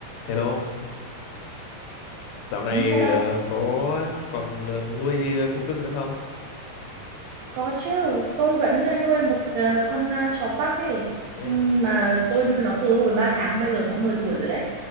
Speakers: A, on the left; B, on the right.
A: Hello, dạo này
B: Ừ, Hello,
A: ờ, có còn ờ, nuôi ờ, thú cưng nữa không?
B: có chứ. Tôi vẫn ờ, nuôi một ờ, con ờ, chó Park ấy.
A: Yeah.
B: Ừ, Mà tôi nuôi nó từ hồi 3 tháng, bây giờ nó 10 tuổi rồi đấy.